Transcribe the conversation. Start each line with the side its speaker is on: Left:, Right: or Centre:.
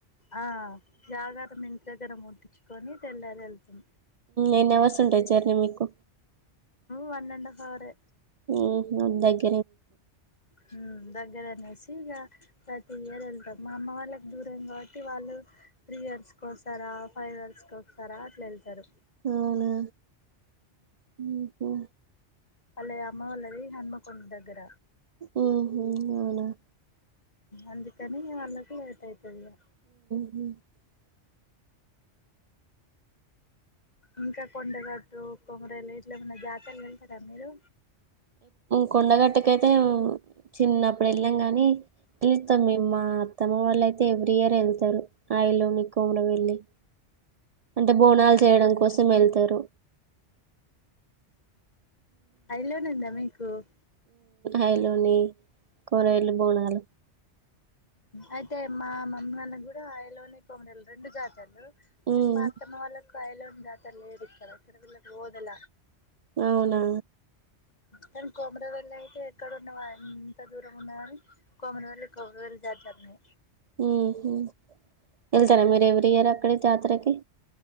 Left: ఆ జగార మంత దగర ముటిచ్చ కొని తెల్లారి వెళ్తుాం
Right: ఎయిన్వర్స్ ఉండచ్చారు మీకు
Left: వన్ అండ్ హఫ్ ఆరు
Right: ఉ అందక
Left: హ దగ్గర నేసిగ ప్రతి ఇయర్ వెళ్తారు మా అమ్మ వాళ్ళకి దూరంం కాబట్టి వాళ్ళు త్రీ ఇయర్స్కి వస్తారా ఫైవ్ ఇయర్స్కి వస్తారా అట్లా వెళ్తారు
Right: అవునా అకా
Left: అల్ే అమ్మవల్ది హనుమ కొండ దగ్గర
Right: ఆ అవునా
Left: అందుకని న వాళ్ళకి వేట అయి తెలియ
Right: అ
Left: ఇంకా కొండగట్టు కొమరలు ఇట్ల ఏమన్నా జాతలు వెళ్తారా మీరు
Right: కొండగట్టక అయితే చిన్నప్పుడు వెళ్ళాం కాని పిలుస్తాం మేము మా అత్తమ్మ వాళ్ళయితే ఎవ్రీ ఇయర్ వెళ్తారు ఆయలోనిీ కోమర వెళ్ళి అంటే బోనాలు చేయడం కోసం వెళ్తారు
Left: అయిలోనందా మీకు స
Right: అయలోని కొరళ పోనాాలు
Left: అయితే మా మమ్మ అన్న కూడా అయలోనే కొమరలు రెండు జాతలు కానీ
Right: ఉమ్
Left: మాత్తమ వా య జాత లే ఇక్కడ వల పోదల
Right: అవునా
Left: కానీ కోమరవెల్లి అయితే ఎక్కడన్నా ఎంత దూరం ఉన్నాని కోమరవెల్లి కోమరవెల్లి దాచారని
Right: హ హ ఎతరా మ మీరు ఎవీ ఇయర్ అక్కడ జాత్రరకి